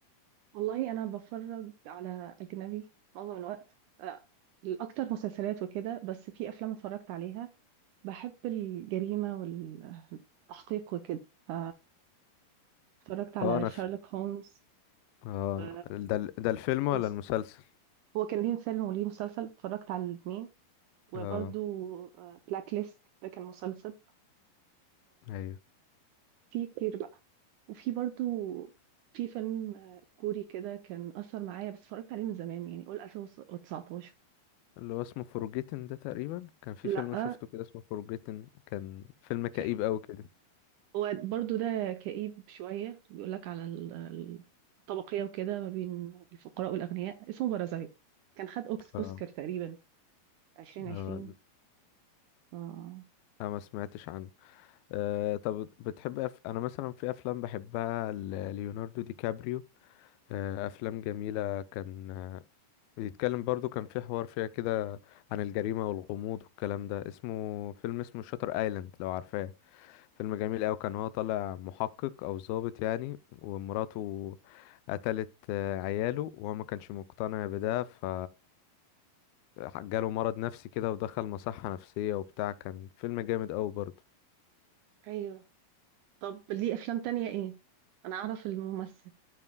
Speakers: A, on the right; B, on the left.
A: والله انا بفرج على اجنبي معظم الوقت آه، الاكتر مسلسلات وكده بس في افلام اتفرجت عليها بحب الجريمه والتحقيق وكده ف- اتفرجت على
B: اه انا
A: شارلوك
B: ف...
A: هولمز
B: اه
A: و-
B: ده ال- ده الفيلم ولا
A: مس-
B: المسلسل
A: هو كان ليه فيلم وليه مسلسل اتفرجت على الاثنين وبرده
B: اه
A: بلاك ليست ده كان مسلسل
B: ايوه
A: في كتير بقى وفي برضو في فيلم آه، كوري كده كان أثر معايا بس اتفرجت عليه من زمان يعني قول 2019
B: اللي هو اسمه فورجيتن ده تقريبا كان في
A: لأ
B: فيلم شفته كده اسمه فورجيتن كان فيلم كئيب
A: في
B: قوي كده
A: هو برضو ده كئيب شوية بيقول لك على ال- ال- الطبقية وكده ما بين الفقراء والأغنياء اسمه بارازايت كان خد أوكس
B: اه
A: أوسكار تقريبا 2020
B: اه
A: آه.
B: لا، ما سمعتش عنه أه طب بتحب أف... انا مثلا في افلام بحبها ل- ليوناردو دي كابريو آه، افلام جميله كان آه، بيتكلم برضو كان في حوار فيها كده عن الجريمه والغموض والكلام ده اسمه فيلم اسمه شاتر ايلاند لو عارفاه فيلم جميل أوي كان هو طالع محقق أو ضابط يعني ومراته قتلت آه، عياله وهو ما كانش مقتنع بده ف جاله مرض نفسي كده ودخل مصحة نفسية وبتاع كان فيلم جامد أوي برضه
A: أيوه طب ليه أفلام تانية إيه؟ أنا أعرف الممثل